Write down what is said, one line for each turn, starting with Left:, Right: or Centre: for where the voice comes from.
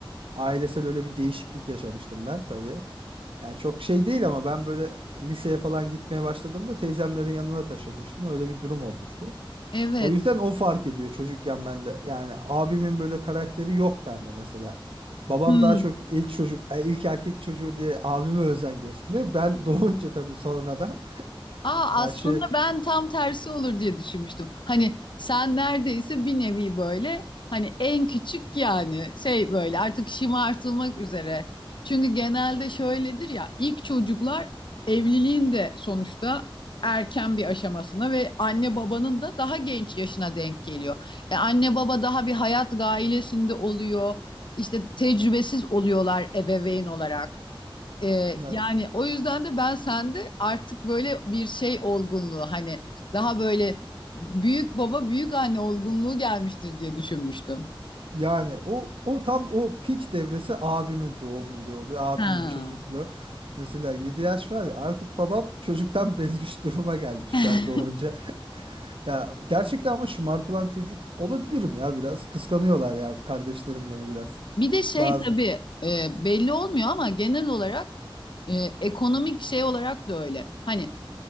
Right: Ailesel öyle bir değişiklik yaşamıştım ben tabii. Yani çok şey değil ama ben böyle liseye falan gitmeye başladığımda teyzemlerin yanına taşınmıştım. Öyle bir durum olmuştu.
Left: Evet.
Right: O yüzden o fark ediyor çocukken bende. Yani abimin böyle karakteri yok bende mesela. Babam
Left: Hmm.
Right: daha çok ilk çocuk, e, ilk erkek çocuğu diye abime özen gösteriyor. Ben <laughs> doğunca tabii sonra da
Left: Aa,
Right: <laughs> ya
Left: aslında
Right: şey
Left: ben tam tersi olur diye düşünmüştüm. Hani sen neredeyse bir nevi böyle hani en küçük yani şey böyle artık şımartılmak üzere. Çünkü genelde şöyledir ya ilk çocuklar evliliğin de sonuçta erken bir aşamasına ve anne babanın da daha genç yaşına denk geliyor. E, anne baba daha bir hayat gailesinde oluyor. İşte tecrübesiz oluyorlar ebeveyn olarak. Ee,
Right: yani,
Left: yani o yüzden de ben sende artık böyle bir şey olgunluğu hani daha böyle büyük baba büyük anne olgunluğu gelmiştir diye düşünmüştüm.
Right: yani o o tam o pik devresi abimin doğumuyla oluyor. Abimin
Left: Ha.
Right: çocukluğu. Mesela 7 yaş var ya artık babam çocuktan <laughs> bezmiş duruma gelmiş
Left: <laughs>
Right: ben doğunca. Ya gerçekten ama şımartılan çocuk olabilirim ya biraz. Kıskanıyorlar ya kardeşlerim beni biraz.
Left: Bir de şey
Right: Bazı.
Left: tabii e, belli olmuyor ama genel olarak e, ekonomik şey olarak da öyle. Hani